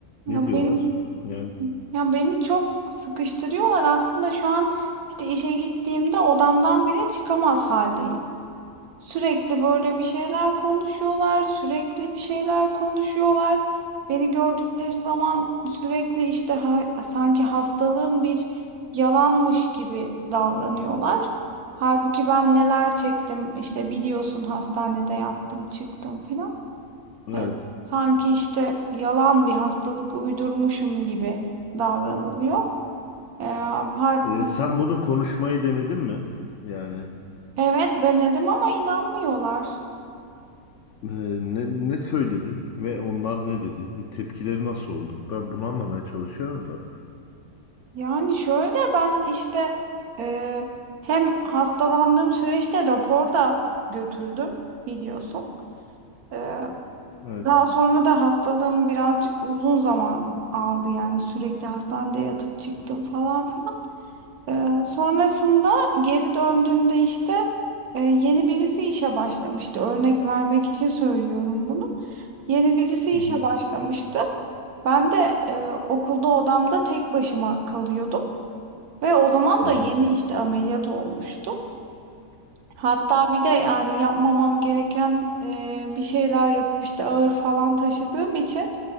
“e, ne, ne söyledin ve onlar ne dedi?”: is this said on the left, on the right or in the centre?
Left